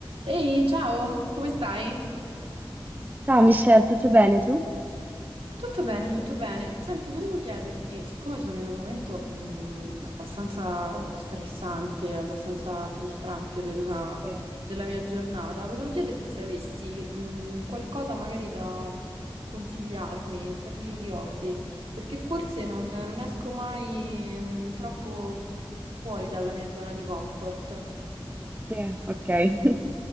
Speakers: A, on the right; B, on the right.
A: Ehi, ciao, come stai?
B: Ciao Michelle, tutto bene tu?
A: Tutto bene, tutto bene. Senti, volevo chiederti, siccome sono in un momento mh, abbastanza stressante, abbastanza frustrante della,
B: Sì.
A: della mia giornata, volevo chiederti se avessi mh, qualcosa magari da consigliarmi in termini di hobby, perché forse non, non esco mai mh, troppo fuori dalla mia zona di comfort.
B: Sì, ok. <laughs>